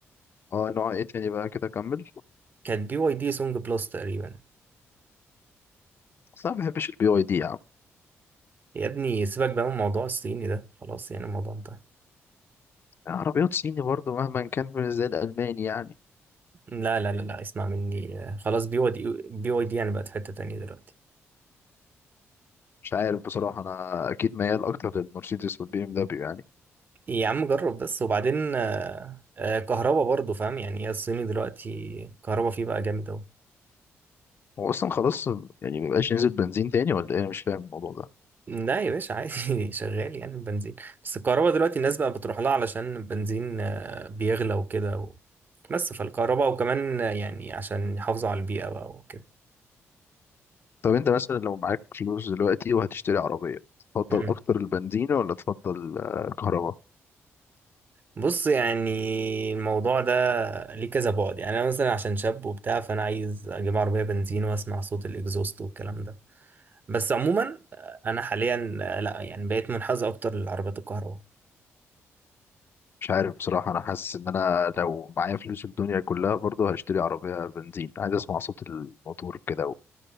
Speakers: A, on the left; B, on the right.
A: اه نوع ايه تاني بقى كده كمل
B: كانت بي واي دي سونج بلس تقريبا
A: اصل انا ما بحبش البي واي دي يا عم
B: يا ابني سيبك بقى من موضوع الصيني ده خلاص يعني الموضوع انتهى
A: عربيات صيني برضو مهما كان مش زي الالماني يعني
B: لا لا لا لا اسمع مني آه، خلاص بي واي دي بي واي دي يعني بقت في حته تانيه دلوقتي
A: مش عارف بصراحه انا اكيد ميال اكتر للمرسيدس والبي ام دبليو يعني
B: إيه، يا عم جرب بس وبعدين آه، آه، كهربا برضه فاهم يعني هي الصيني دلوقتي كهربا فيه بقى جامد أوي
A: هو اصلا خلاص يعني ما بقاش ينزل بنزين تاني ولا ايه انا مش فاهم الموضوع ده
B: لا يا باشا عادي <laughs> شغال يعني البنزين بس الكهربا دلوقتي الناس بقى بتروح لها علشان البنزين آه، بيغلى وكده و... بس فالكهربا وكمان آه، يعني عشان يحافظوا على البيئة بقى وكده
A: طب انت مثلا لو معاك فلوس دلوقتي وهتشتري عربيه تفضل
B: مم.
A: اكتر البنزين ولا تفضل الكهرباء
B: بص يعني الموضوع ده ليه كذا بعد يعني أنا مثلا عشان شاب وبتاع فأنا عايز أجيب عربية بنزين وأسمع صوت الإكزوست والكلام ده بس عموما آه، انا حاليا آه، لا يعني بقيت منحاز اكتر للعربيات الكهرباء
A: مش عارف بصراحة أنا حاسس إن أنا لو معايا فلوس الدنيا كلها برضه هشتري عربية بنزين عايز أسمع صوت الموتور كده